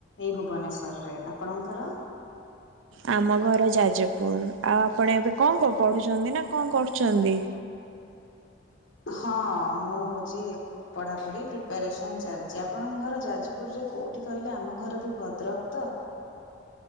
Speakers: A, on the left (about 80°); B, on the right (about 80°).
A: ଏଇ ଭୁବନେଶ୍ୱରରେ। ଆପଣଙ୍କର?
B: ଆମ ଘର ଯାଜପୁର ଆଉ ଆପଣ ଏବେ କଁ କ ପଢୁଛନ୍ତି ନା କଁ କରୁଛନ୍ତି?
A: ହଁ ମୁଁ ହଉଚି ପଢାପଢି ପ୍ରିପ୍ୟାରେସନ୍ ଚାଲିଚି ଆପଣଙ୍କ ଘର ଯାଜପୁରରେ କୋଉଠି କହିଲେ ଆମ ଘର ବି ଭଦ୍ରକ ତ।